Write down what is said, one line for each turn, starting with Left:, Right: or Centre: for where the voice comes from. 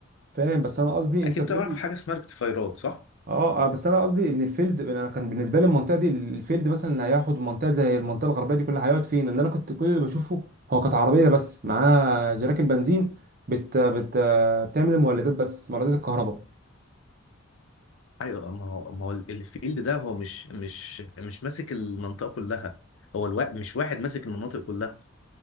Right: فاهم بس انا قصدي
Left: أكيد
Right: انت بتقول
Left: تعرف
Right: لي
Left: حاجة اسمها ريكتيفايرات صح؟
Right: اه آه، بس انا قصدي ان الفيلد انا كان بالنسبه لي المنطقه دي الفيلد مثلا اللي هياخد منطقه زي المنطقه الغربيه دي كلها هيقعد فين ان انا كنت كل اللي بشوفه هو كانت عربيه بس معاها جراكن بنزين بت بت بتعمل المولدات بس مولدات الكهرباء
Left: أيوه ما هو ما هو الفيلد ده هو مش مش مش ماسك المنطقة كلها هو الوا... مش واحد ماسك المناطق كلها